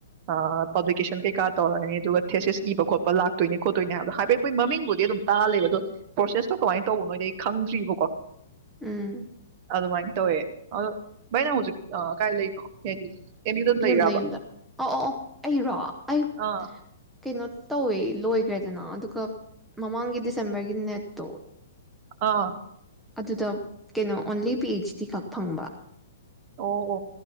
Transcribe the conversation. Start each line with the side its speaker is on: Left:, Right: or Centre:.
Right: ꯑꯥ ꯄꯥꯕꯂꯤꯀꯦꯁꯟ ꯀꯩꯀꯥ ꯇꯧꯔꯅꯤ ꯑꯗꯨꯒꯥ ꯊꯦꯁꯤꯁ ꯏꯕꯥ ꯈꯣꯠꯄ ꯂꯥꯛꯇꯣꯏꯅꯦ ꯈꯣꯠꯇꯣꯏꯅꯦ ꯍꯥꯏꯕꯗꯣ ꯍꯥꯏꯐꯦꯠꯄꯨꯗꯤ ꯃꯃꯤꯪꯕꯨꯗꯤ ꯑꯗꯨꯝ ꯇꯥ ꯂꯩꯕꯥ ꯑꯗꯣ ꯄꯔꯣꯁꯦꯁꯇꯣ ꯀꯥꯃꯥꯏ ꯇꯧꯕꯅꯣꯗꯤ ꯑꯩ ꯈꯪꯗꯔꯤꯌꯦꯕꯥꯀꯣ
Centre: ꯎꯝ
Right: ꯑꯗꯨꯃꯥꯏꯅꯥ ꯇꯧꯌꯦ ꯑꯗꯣ ꯕꯥꯏ ꯅꯪ ꯍꯧꯖꯤꯛ ꯑꯥ ꯀꯥꯏ ꯂꯩꯅꯣ ꯍꯥꯏꯗꯤ ꯑꯦꯝ ꯌꯨꯗ
Centre: ꯌꯨꯝꯗ
Right: ꯂꯩꯔꯕ
Centre: ꯌꯨꯝꯗ ꯑꯥꯑꯣ ꯑꯣ ꯑꯩꯔꯣ ꯑꯩ
Right: ꯑꯥ
Centre: ꯀꯩꯅꯣ ꯇꯧꯌꯦ ꯂꯣꯏꯒꯔꯦꯗꯅ ꯑꯗꯨꯒꯥ ꯃꯥꯃꯥꯡꯒꯤ ꯗꯤꯁꯦꯝꯕꯔꯒꯤ ꯅꯦꯠꯇꯣ
Right: ꯑꯥ
Centre: ꯑꯗꯨꯗ ꯀꯩꯅꯣ ꯑꯣꯟꯂꯤ ꯄꯤ ꯍꯩꯁ ꯗꯤ ꯈꯛ ꯐꯪꯕꯥ
Right: ꯑꯣ ꯑꯣ